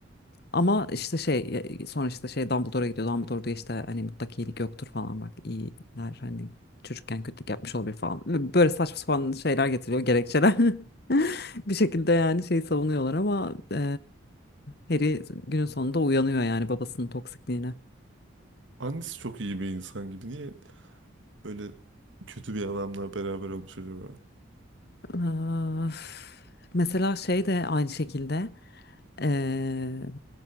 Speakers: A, on the left; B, on the right.
A: Ama işte şey sonra işte şey Dumbledore'a gidiyor. Dumbledore diyor işte hani mutlak iyilik yoktur falan bak iyiler hani çocukken kötülük yapmış olabilir falan. Böyle saçma sapan şeyler getiriyor gerekçeler. <laughs> Bir şekilde yani şeyi savunuyorlar ama eee Harry günün sonunda uyanıyor yani babasının toksikliğine.
B: Annesi çok iyi bir insan gibi. Niye böyle kötü bir adamla beraber olmuş acaba?
A: Öf. Mesela şey de aynı şekilde eee,